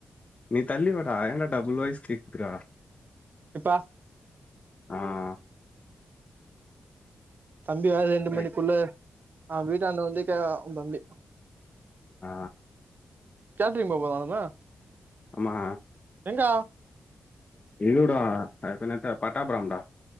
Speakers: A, on the left; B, on the right.
A: நீ தள்ளி வாடா ஏன்டா டபுள் வயஸ் கேக்துறா
B: இப்ப
A: இ
B: தம்பி வேர ரெண்டு
A: ரைட்
B: மணிக்குள்ள அவ வீட்டாண்ட வந்து கேக்ரா உன் தம்பி
A: ஆ
B: கேட்ரிங் போ <unintelligible>
A: ஆமா
B: எங்க
A: இருடா டெஃபனட்டா பார்த்த படம்டா